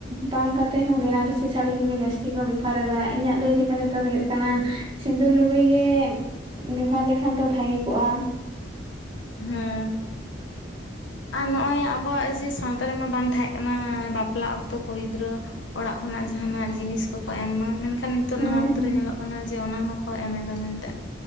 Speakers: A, on the right; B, on the left.
A: ᱵᱟᱝ ᱠᱟᱛᱮ ᱦᱚᱸ ᱵᱮᱱᱟᱨᱥᱤ ᱥᱟᱹᱲᱤ ᱠᱚᱜᱮ ᱡᱟᱹᱥᱛᱤ ᱠᱚ ᱵᱮᱯᱟᱨᱫᱟ ᱤᱧᱟᱹᱜ ᱞᱟᱹᱭ ᱞᱮᱠᱟ ᱛᱮᱫᱚ ᱦᱩᱭᱩᱜ ᱠᱟᱱᱟ ᱥᱤᱸᱫᱩᱨ ᱞᱩᱜᱽᱲᱤ ᱜᱮ ᱵᱮᱵᱷᱟᱨ ᱞᱮᱠᱷᱟᱱ ᱫᱚ ᱵᱷᱟᱹᱜᱮ ᱠᱚᱜᱼᱟ᱾
B: ᱦᱚᱸ ᱟᱨ ᱱᱚᱜᱼᱚᱭ ᱟᱵᱚᱣᱟᱜ ᱡᱮ ᱥᱟᱶᱛᱟ ᱨᱮᱢᱟ ᱵᱟᱝ ᱛᱟᱦᱮᱸ ᱠᱟᱱᱟ ᱵᱟᱯ ᱵᱟᱯᱞᱟᱜ ᱚᱠᱛᱚ ᱠᱩᱲᱤ ᱜᱤᱫᱽᱨᱟᱹ ᱚᱲᱟᱜ ᱠᱷᱚᱱᱟᱜᱟᱱᱟᱜ ᱡᱤᱱᱤᱥ ᱠᱚᱠᱚ ᱮᱢᱢᱟ ᱢᱮᱱᱠᱷᱟᱱ ᱱᱤᱛᱚᱜ
A: ᱦᱮᱸ
B: ᱱᱟᱦᱟᱜ ᱚᱠᱛᱚ ᱨᱮ ᱧᱮᱞᱚᱜ ᱠᱟᱱᱟ᱾ ᱡᱮ ᱚᱱᱟ ᱦᱚᱸᱠᱚ ᱮᱢ ᱮᱫᱟ ᱢᱮᱱᱛᱮ